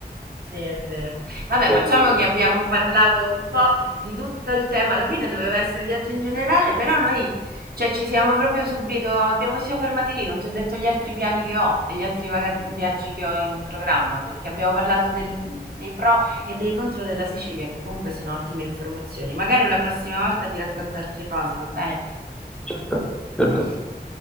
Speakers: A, on the right; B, in the centre.
A: Sì, è vero.
B: <laughs> perché...
A: Vabbè, facciamo che abbiamo parlato un po' di tutto il tema. Alla fine doveva essere viaggio in generale, però noi, cioè, ci siamo proprio subito, abbiamo, ci siamo fermati lì, non ti ho detto gli altri piani che ho e gli altri vaga- viaggi che ho in programma, perché abbiamo parlato del- dei pro e dei contro della Sicilia, che comunque sono ottime informazioni. Magari la prossima volta ti racconto altre cose, va bene?
B: Certo, certo.
A: <laughs>